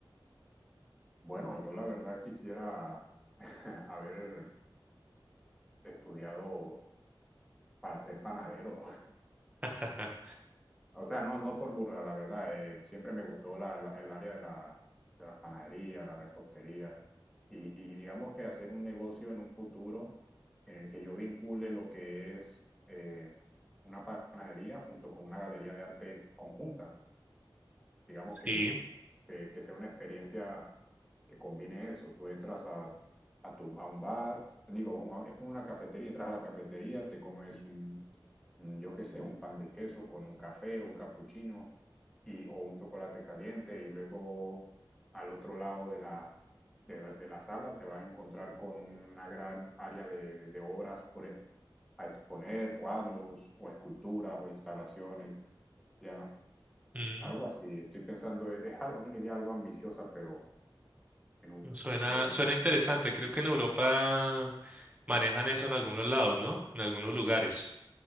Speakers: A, in the centre; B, on the right (about 20°).
A: bueno, yo la verdad quisiera <laughs> haber estudiado para ser panadero,
B: Ajá,
A: O sea, no, no por burla, la verdad. eh, siempre me gustó la- la- el área de la, de la panadería, la repostería. Y, y digamos que hacer un negocio en un futuro en el que yo vincule lo que es eh, una panadería junto con una galería de arte conjunta. Digamos que,
B: sí.
A: que, que sea una experiencia que combine eso. Tú entras a, a, tu, a un bar, digo, un- es como una cafetería, entras a la cafetería, te comes un, un, yo qué sé, un pan de queso con un café, un capuchino y, o un chocolate caliente y luego al otro lado de la, de la, de la sala te vas a encontrar con una gran área de, de, de obras por, e, a exponer, cuadros o esculturas o instalaciones, ya
B: Mm.
A: algo así. Estoy pensando, es, es algo- una idea algo ambiciosa, pero en un-
B: Suena,
A: me gustaría.
B: suena interesante. Creo que en Europa manejan eso en algunos lados, ¿no? En algunos lugares.